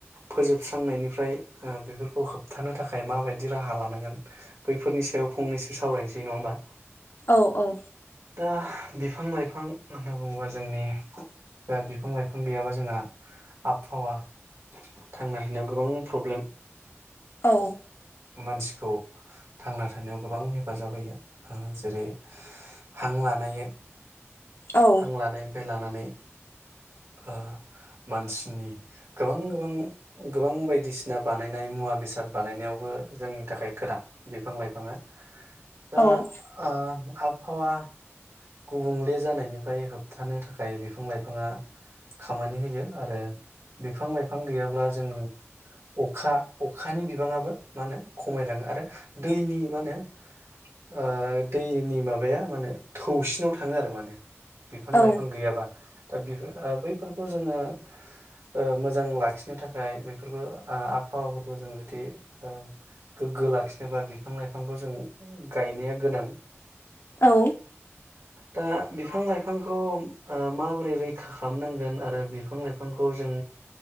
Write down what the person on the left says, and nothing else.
औ औ
औ
औ
औ
औ
औ